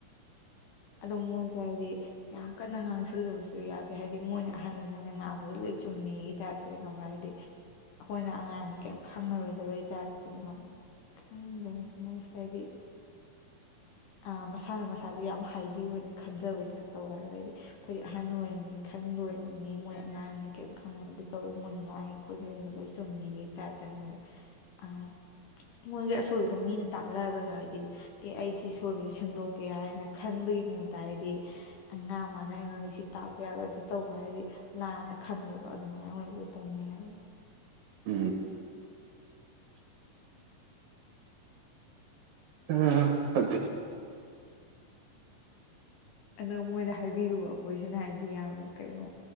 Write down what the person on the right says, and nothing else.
ꯎꯝ ꯎꯝ ꯐꯥꯠꯇꯦ